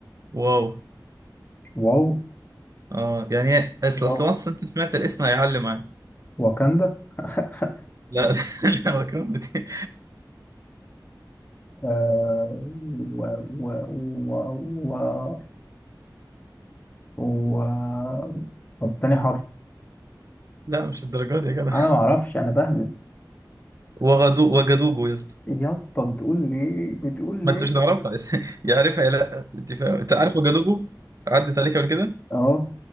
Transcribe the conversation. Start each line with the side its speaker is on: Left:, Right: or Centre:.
Right: واو
Left: واو
Right: اه يعني اصل
Left: واو
Right: اصل once انت سمعت الاسم هيعلم معاك
Left: واكندا <laughs>
Right: لا <laughs> لا وكنت دي.
Left: آه و و و و و طب تاني حرف
Right: لا مش الدرجات دي يا جدع
Left: أنا معرفش أنا بهبد
Right: وغدو وجدوجو يا اسطى
Left: يا اسطى بتقول ليه بتقول
Right: ما
Left: ليه
Right: انت مش هتعرفها <laughs> يعرفها يا لا انت فاهم انت عارف وجدوجو عدت عليك قبل كده
Left: اه